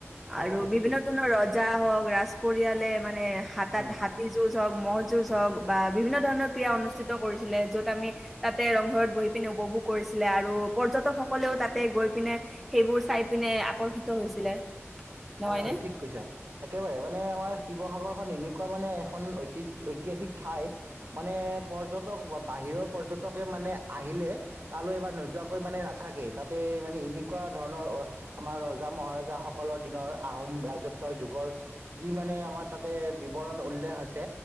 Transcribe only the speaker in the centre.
আৰু
বিভিন্ন
ধৰণৰ ৰজা হওক ৰাজ পৰিয়ালে মানে হাতাত
হাত তি যুঁজ হওক, মহ যুঁজ হওক বা বিভিন্ন ধৰণৰ ক্ৰীড়া অনুষ্ঠিত কৰিছিলে য'ত আমি তাতে ৰংঘৰত বহি পিনে উপভোগ কৰিছিলে আৰু পৰ্যটকসকলেও তাতে গৈ পিনে সেইবোৰ চাই পিনে আকৰ্ষিত হৈছিলে। নহয়নে